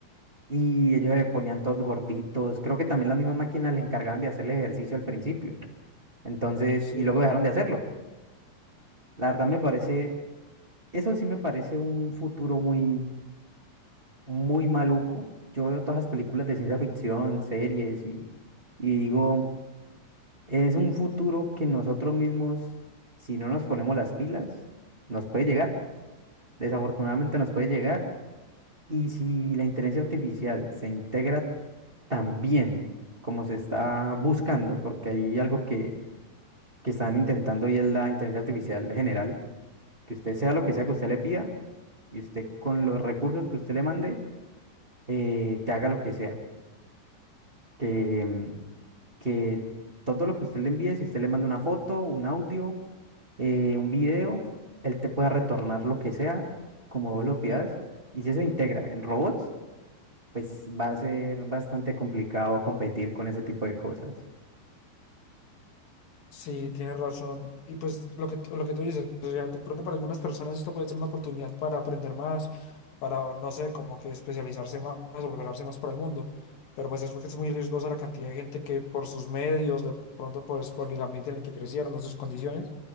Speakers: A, on the right (about 25°); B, on the left (about 60°).
A: Y ellos se ponían todos gorditos. Creo que también las mismas máquinas les encargaban de hacer el ejercicio al principio. Entonces,
B: Sí.
A: y luego dejaron de hacerlo. La verdad me parece, eso sí me parece un futuro muy, muy maluco. Yo veo todas las películas de ciencia ficción, series y, y digo, es un futuro que nosotros mismos, si no nos ponemos las pilas, nos puede llegar. Desafortunadamente nos puede llegar. Y si la inteligencia artificial se integra tan bien como se está buscando, porque hay algo que, que están intentando y es la inteligencia artificial general que usted sea lo que sea que usted le pida y usted con los recursos que usted le mande, eh, te haga lo que sea. Que, mm, que todo lo que usted le envíe, si usted le manda una foto, un audio, eh, un video, él te pueda retornar lo que sea, como vos lo pidas. Y si eso integra en robots, pues va a ser bastante complicado competir con ese tipo de cosas.
B: Sí, tienes razón. Y pues lo que, lo que tú dices, o sea, de pronto para algunas personas esto puede ser una oportunidad para aprender más, para, no sé, como que especializarse más o prepararse más para el mundo. Pero pues es porque es muy riesgosa la cantidad de gente que por sus medios, de pronto pues, por el ambiente en el que crecieron, o sus condiciones,